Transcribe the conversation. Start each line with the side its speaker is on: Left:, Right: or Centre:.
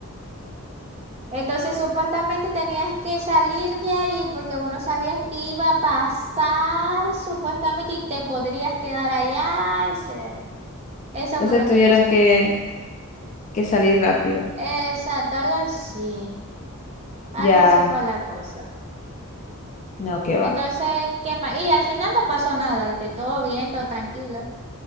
Right: entonces supuestamente tenías que salir de ahí porque vos no sabías qué iba a pasar, supuestamente, y te podrías quedar allá. y se- Eso
Left: entonces
Right: fue lo
Left: tuvieron
Right: que pasó.
Left: que, que salir
Right: Sí.
Left: rápido.
Right: Exacto, algo así. Algo
Left: Ya,
Right: así fue la cosa.
Left: no, qué va.
Right: Entonces, ¿qué más? Y al final no pasó nada, y todo bien, todo tranquilo.